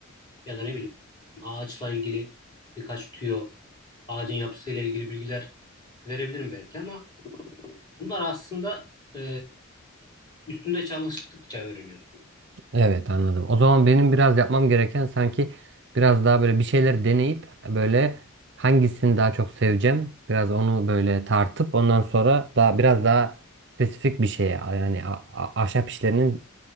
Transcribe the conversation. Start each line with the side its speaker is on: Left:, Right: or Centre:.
Left: ya da ne bileyim ağaçla ilgili birkaç tüyo, ağacın yapısıyla ilgili bilgiler verebilirim belki ama bunlar aslında e, üstünde çalıştıkça öğreniyorsun.
Right: Evet anladım. O zaman benim biraz yapmam gereken sanki biraz daha böyle bir şeyler deneyip böyle hangisini daha çok seveceğim biraz onu böyle tartıp ondan sonra daha biraz daha spesifik bir şeye yani a- a- ahşap işlerinin